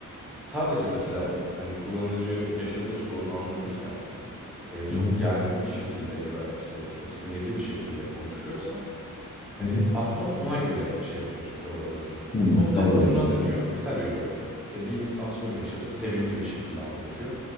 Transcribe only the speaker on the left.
Hı hı.
Hı hı.
Hı,
Tavır
alıyorsun.